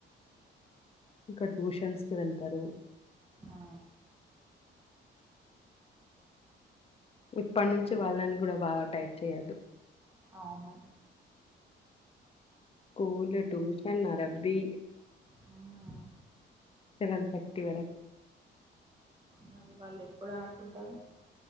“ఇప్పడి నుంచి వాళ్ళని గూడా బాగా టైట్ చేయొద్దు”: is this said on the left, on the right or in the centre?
Left